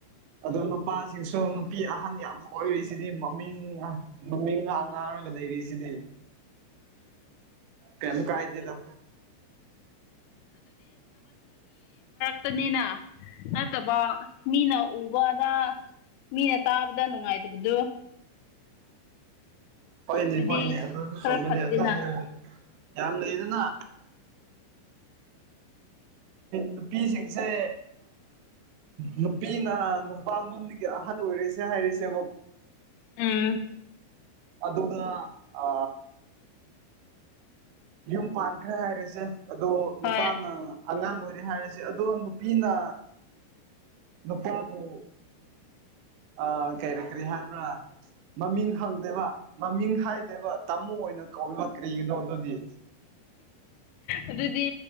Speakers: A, on the right; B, on the left.
A: ꯑꯗ ꯅꯨꯄꯥꯁꯤꯡꯁꯨ ꯅꯨꯄꯤ ꯑꯍꯟ ꯌꯥꯝ ꯀꯣꯏꯔꯤꯁꯤꯗꯤ ꯃꯃꯤꯡ ꯃꯃꯤꯡ ꯉꯥꯡ ꯉ ꯒꯗꯕꯤꯁꯤꯗ ꯀꯩꯃ ꯀꯥꯏꯗꯦꯗ
B: ꯠꯇꯅꯤꯅ ꯅꯠꯇꯕ ꯃꯤꯅ ꯎꯕꯗ ꯃꯤꯅ ꯇꯥꯕꯗ ꯅꯨꯡꯉꯥꯏꯇꯕꯗꯨ
A: ꯍꯣꯏꯅꯦ
B: ꯑꯗꯨꯗꯤ
A: ꯍꯣꯏꯅꯦ ꯑꯗꯨꯁꯨ
B: ꯈꯔ
A: ꯆꯨꯝꯃꯤꯂ
B: ꯐꯠꯇꯦꯅ
A: ꯑꯗꯨꯕꯨ ꯌꯥꯝ ꯂꯩꯗꯅ ꯅꯨꯄꯤꯁꯤꯡꯁꯦ ꯅꯨꯄꯤꯅ ꯅꯨꯄꯥꯉꯣꯟꯗꯒꯤ ꯑꯍꯜ ꯑꯣꯏꯔꯤꯁ ꯍ ꯍꯥꯏꯔꯤꯁꯤ
B: ꯎꯝ
A: ꯑꯗꯨꯅ ꯑ ꯌꯨꯝ ꯄꯥꯟꯈ꯭ꯔꯦ ꯍꯥꯏꯔꯦꯁꯦ ꯑꯗꯣ ꯅꯨꯄꯥꯅ
B: ꯍꯣꯏ
A: ꯑꯉꯥꯡ ꯑꯣꯏ ꯍꯥꯏꯔꯁꯦ ꯑꯗꯣ ꯅꯨꯄꯤꯅ ꯅꯨꯄꯥꯕꯨ ꯑ ꯀꯔꯤ ꯀꯔꯤ ꯍꯥꯏꯕ꯭ꯔꯥ ꯃꯃꯤꯡ ꯍꯪꯗꯦꯕ ꯃꯃꯤꯡ ꯍꯥꯏꯗꯦꯕ ꯇꯥꯃꯣ ꯑꯣꯏꯅ ꯀꯧꯔꯤꯕ ꯀ꯭ꯔꯤꯒꯤꯅꯣ ꯑꯗꯨꯗꯤ
B: ꯑꯗꯨꯗꯤ